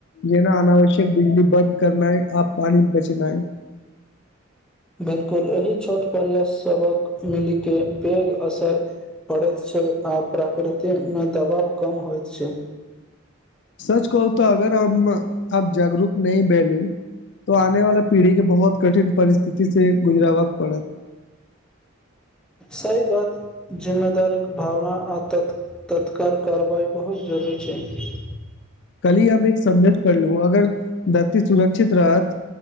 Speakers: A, on the left (about 60°); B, in the centre.
A: जेना अनावश्यक बिजली बन्द करनाय आ पानी बचनाय।
B: बिलकुल एहि छोट परयस सबक मिली के पेघ असर पड़ैत छैय। आ प्रकृतिमे दबाव कम होइत छैय।
A: सच कहू तऽ अगर हम आब जागरूक नहि भैलौं तऽ आने वाला पीढ़ीके बहुत कठिन परिस्थितिसँ गुजरैए पड़त। <inaudible>
B: सही बात जिम्मेदारीके भावना आ तत्काल कार्यवाही बहुत जरूरी छैय।
A: कलही हम एक सन्देश पढ़लौं अगर धरती सुरक्षित रहत